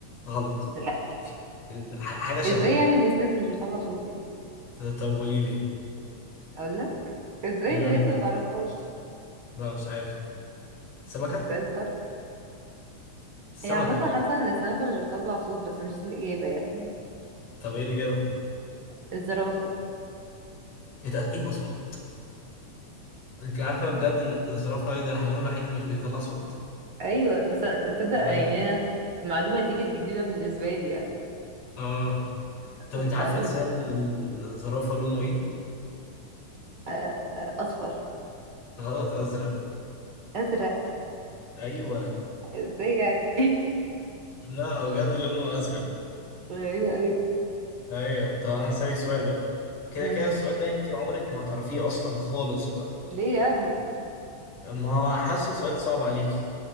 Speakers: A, on the left; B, on the right.
A: غلط
B: لا
A: في- ال- ح- حاجة شبهه
B: ازاي يعني ان السنس مش بيطلع صوت يعني
A: ط- طب قولي لي
B: اقول لك ازاي
A: امم
B: بجد ما تعرفهاش
A: لا مش عارف سمكة
B: مستنسر
A: السمكة
B: هي عامة حاسة ان السمكة مش بتطلع صوت بس مش دي الإجابة يعني
A: طب ايه اللي جابها
B: الزرافة
A: ايه ده ايوه صح انت عارفة بجد ان الزرافة ايه ده الحيوان الوحيد اللي مش بيطلع صوت
B: ايوه بس أنا- تصدق
A: طبيعي.
B: يعني انا المعلومة دي كانت جديدة بالنسبة لي يعني
A: اه طب
B: مش
A: انت عارفة
B: عارفة
A: لسان
B: ليه
A: الزرافة لونه ايه
B: آه، آه، اصفر
A: غلط ازرق
B: ازرق
A: ايوه
B: ازاي يعني
A: لا هو بجد لونه ازرق
B: <laughs> غريبة قوي
A: ايوه طب انا هسألك سؤال بقى كده
B: ماشي
A: كده السؤال ده انت عمرك ما هتعرفيه اصلا خالص بقى
B: ليه يعني
A: ما هو حاسه سؤال صعب عليكي